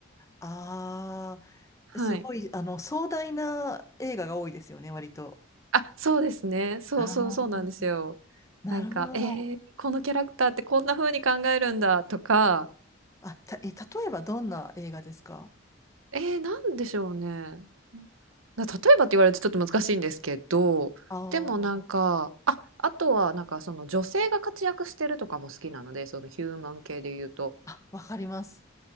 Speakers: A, on the left; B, on the right.
A: あ
B: はい。
A: すごい、あの、壮大な映画が多いですよね、割と。
B: あ、そうですね。そうそうそうなんですよ。
A: ああ、なるほど。
B: なんか、えー、このキャラクターってこんな風に考えるんだとか、
A: あ、た、え、例えばどんな映画ですか
B: えー、なんでしょうね。な、例えばって言われるとちょっと難しいんですけど、
A: あー
B: でもなんか、あ、あとはなんかその女性が活躍してるとかも好きなので、そのヒューマン系で言うと。
A: あ、わかります。